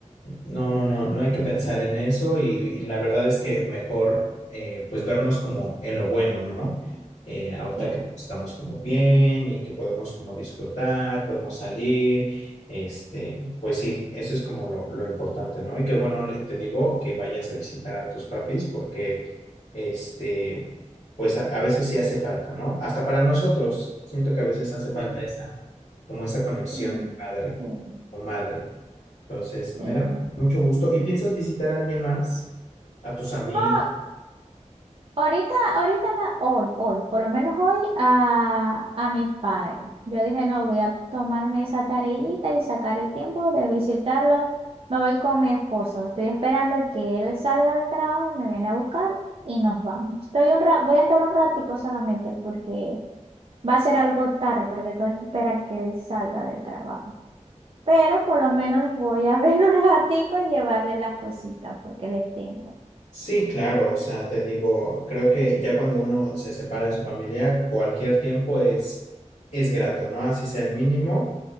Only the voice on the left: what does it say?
no, no, no, no hay que pensar en eso y, y la verdad es que mejor eh, pues vernos como en lo bueno, ¿no? Eh, ahorita
que estamos como bien y que podemos como disfrutar, podemos salir, este, pues sí, eso es como lo, lo importante, ¿no? Y que bueno, le- te digo que vayas a visitar a tus papis porque, este, pues a, a veces sí hace falta, ¿no? Hasta para nosotros, siento que a veces hace
falta esa, como esa conexión
de padre
o madre. Entonces,
me da mucho gusto. ¿Y piensas visitar a alguien más? ¿A tus amigos?
Sí, claro, o sea, te digo, creo que ya cuando uno se separa de su familia, cualquier tiempo es, es grato, ¿no? Así sea el mínimo,